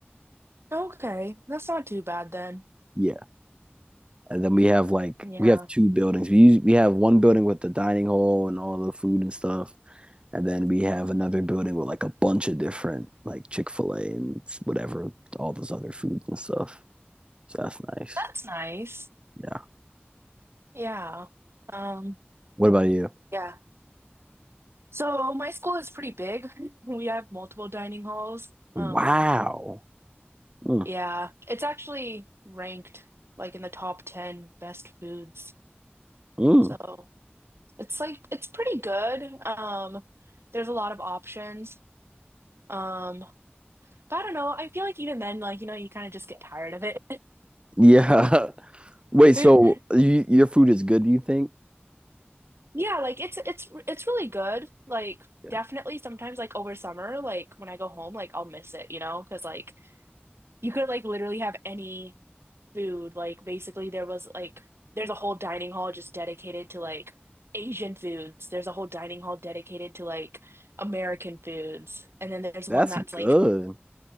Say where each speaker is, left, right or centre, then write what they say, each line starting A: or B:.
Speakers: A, on the right (about 80°); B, on the right (about 25°).
A: Okay, that's not too bad then.
B: yeah. And then we have like
A: Yeah.
B: we have two buildings. We use, we have one building with the dining hall and all the food and stuff. And then we have another building with like a bunch of different like Chick fil A and whatever, all those other foods and stuff. So that's nice.
A: That's nice.
B: Yeah.
A: Yeah. Um,
B: What about you?
A: yeah. So my school is pretty big. <laughs> We have multiple dining halls.
B: Wow.
A: Um,
B: Mm,
A: yeah, it's actually ranked like in the top 10 best foods.
B: mm.
A: So it's like it's pretty good. Um, there's a lot of options. Um, but I don't know. I feel like even then, like, you know, you kind of just get tired of it.
B: Yeah. <laughs> Wait, so
A: <laughs>
B: you, your food is good, do you think?
A: Yeah, like it's it's it's really good. Like
B: Yeah.
A: definitely sometimes like over summer, like when I go home, like I'll miss it, you know, because like you could like literally have any food. Like basically there was like there's a whole dining hall just dedicated to like Asian foods. There's a whole dining hall dedicated to like American foods. And then there's
B: That's
A: one that's
B: good.
A: like